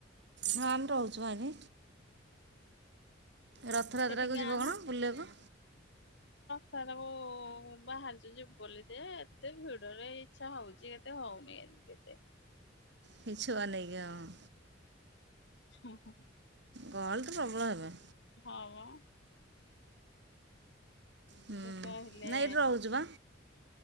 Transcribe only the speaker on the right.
ହଁ ଆମେ ରହୁଛୁ ଭାଇନି। ରଥଯାତ୍ରାକୁ
ଯିବ କଣ ବୁଲିବାକୁ?
ହେ ଛୁଆ ଆନେଇକି ହଁ।
ଗହଳି ତ ପ୍ରବଳ ହେବେ।
ହୁଁ
ନାଇଁ ଏଠି ରହୁଛୁ ବା